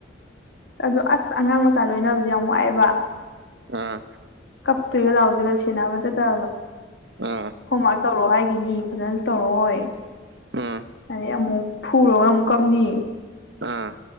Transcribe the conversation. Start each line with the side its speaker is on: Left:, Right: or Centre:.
Left: ꯑꯁ ꯑꯗꯣ ꯑꯁ ꯑꯉꯥꯡ ꯃꯆꯥ ꯂꯣꯏꯅꯕꯁꯦ ꯌꯥꯝ ꯋꯥꯑꯦꯕ
Right: ꯑꯥ
Left: ꯀꯞꯇꯨꯏ ꯂꯥꯎꯗꯕ ꯁꯤꯅꯥꯕ ꯇ
Right: ꯑꯥ
Left: ꯍꯣꯝꯋꯥꯔꯛ ꯇꯧꯔꯑꯣ ꯍꯥꯏꯈꯤꯅꯤ ꯐꯖꯅꯁꯨ ꯇꯧꯔꯣ ꯍꯣꯏ
Right: ꯑꯥ
Left: ꯑꯗꯩ ꯑꯃꯨꯛ ꯐꯨꯔꯒ ꯑꯃꯨꯛ ꯀꯞꯅꯤ
Right: ꯑꯥ